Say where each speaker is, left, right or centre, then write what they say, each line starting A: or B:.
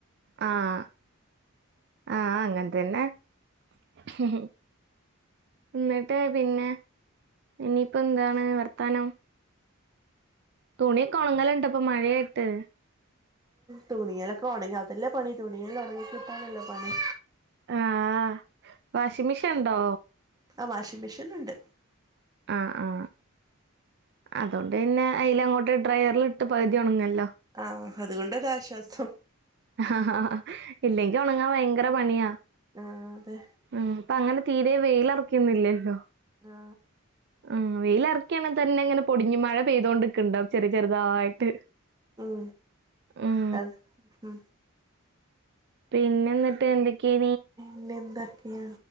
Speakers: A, on the right; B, on the right.
A: ആഹ് ആഹ് അങ്ങനെ തന്നെ <unintelligible> എന്നിട്ട് പിന്നെ ഇനിയിപ്പോ എന്താണ് വ ർത്താനം തുണിയകൊണുങ്ങലുണ്ട്പ്പൊ മഴയായിട്ട്
B: തുണിലൊക്കെ ഒണങ്ങി അതെല്ലേ പണി തുണിയലൊക്കെ ഉണങ്ങി കിട്ടാണല്ലേ പണി
A: ആഹ് വാഷിംങ്‌ മെഷീൻ ഉണ്ടോ
B: ആഹ് വാഷിംഗ് മെഷീൻ ഉണ്ട്
A: ആഹ് ആഹ് അതൊണ്ട് പിന്നെ അയിൽ അങ്ങോട്ട് ഡ്രയറിൽ ഇട്ട് പകുതി ഉണങ്ങല്ലോ
B: ആഹ് അതുകൊണ്ടരാശ്വാസം
A: ആഹ് ഇല്ലെങ്കി ഉണങ്ങാൻ ഭയങ്കര പണിയാ
B: ആഹ് അതെ
A: ഉ അപ്പൊ അങ്ങനെ തീരെ വെയിലറക്കുന്നില്ലല്ലോ
B: ആ
A: ആ വെയില ഇറക്കിയാണെങ്ക തന്നെ ഇങ്ങനെ പൊടിഞ് മഴ പെയ്തുകോകൊണ്ടിരിക്കുന്നുണ്ടാവും ചെറിയ ചെറുതായിട്ട്
B: ഉം
A: ഉം
B: അത് ഉ
A: പിന്നെ എന്നിട്ട് എന്തൊക്കെയ
B: പിന്നെന്തൊക്കെയ?